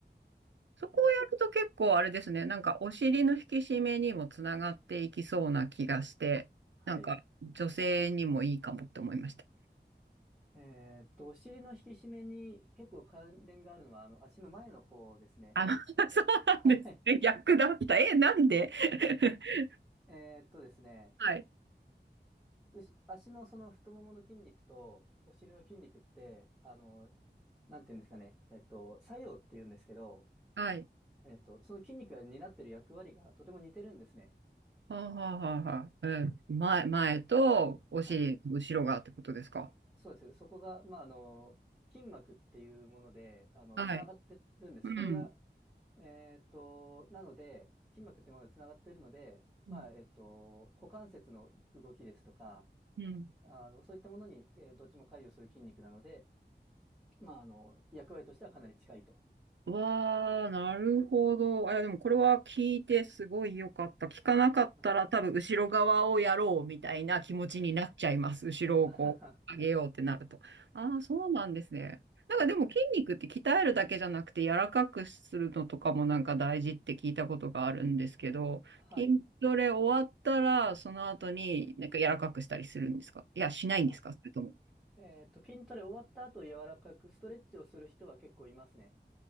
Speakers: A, on the right; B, in the centre.
A: そこをやると結構あれですね、
B: ね、
A: なんかお尻の引き締めにもつながっていきそうな気がして、
B: はい。
A: なんか女性にもいいかもって思いました。
B: えーっと、お尻の引き締めに結構関連があるのは、あの、足の前の方ですね。
A: あ、<laughs> そうなんですね。
B: <laughs> はい。
A: 逆だった。え、なんで <laughs>
B: えーっとですね、
A: はい。
B: うし、足のその太ももの筋肉とお尻の筋肉って、あの、なんていうんですかね、えっと、作用っていうんですけど、
A: はい。
B: えっと、その筋肉が担っている役割がとても似てるんですね。
A: はあ、はあはあはあ、うん前、前とお尻、
B: はい。
A: 後ろがってことですか。
B: そうです。そこが、まあ、あの、筋膜っていうもので、あの、
A: はい。
B: つながってるんです。
A: うん。
B: それが、えっと、なので、筋膜ってものでつながってるので、
A: うん。
B: まあ、えっと、股関節の動きですとか、
A: うん
B: あの、そういったものに、えーどっちも関与する筋肉なので、まあ、あの、役割としてはかなり近いと。
A: わあ、なるほど。あ、いや、でもこれは聞いてすごい良かった。聞かなかったら多分後ろ側をやろうみたいな気持ちになっちゃいます。
B: あ
A: 後ろをこう上げようってなると。
B: あはは
A: ああ、そうなんですね。なんかでも筋肉って鍛えるだけじゃなくて柔らかくするのとかもなんか大事って聞いたことがあるんですけど、
B: はい。
A: 筋トレ終わったらその後になんか柔らかくしたりするんですかいや、しないんですかそれとも。
B: あ、えっと、筋トレ終わった後、柔らかくストレッチをする人は結構いますね。